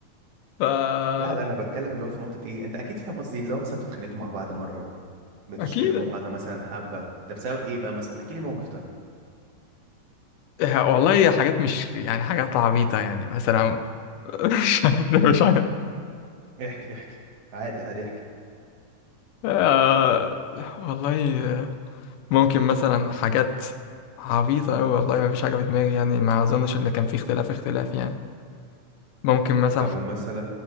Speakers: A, on the left (about 85°); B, on the right (about 70°).
A: فا
B: لا لا أنا بتكلم اللي هو في نقطة إيه أنت أكيد فاهم قصدي اللي هو مثلا انتوا اتخانقتوا مع بعض مرة بتيجوا
A: أكيد
B: تكلموا بعض مثلا حبة ده بسبب إيه بقى مثلا احكي لي موقف طيب
A: ه- والله هي حاجات مش يعني حاجات عبيطة يعني مثلا <laughs> مش عارف، مش حاجة
B: احكي احكي عادي عادي احكي
A: آه، والله ممكن مثلا حاجات عبيطة أوي والله ما فيش حاجة في دماغي يعني ما أظنش اللي كان فيه اختلاف اختلاف يعني ممكن مثلا
B: طب ومثلا